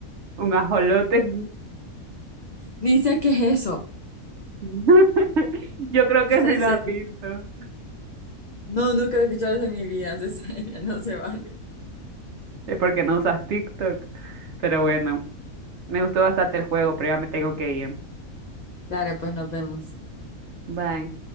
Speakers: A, on the right; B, on the left.
A: Un ajolote.
B: Dice que es eso.
A: <laughs> Yo creo
B: <laughs>
A: que
B: No
A: sí lo
B: sé.
A: has visto.
B: No, nunca lo he escuchado eso en mi vida, <laughs> Cecilia, no se vale.
A: Es porque no usas TikTok. Pero bueno, me gustó bastante el juego, pero ya me tengo que ir.
B: Dale, pues nos vemos.
A: Bye.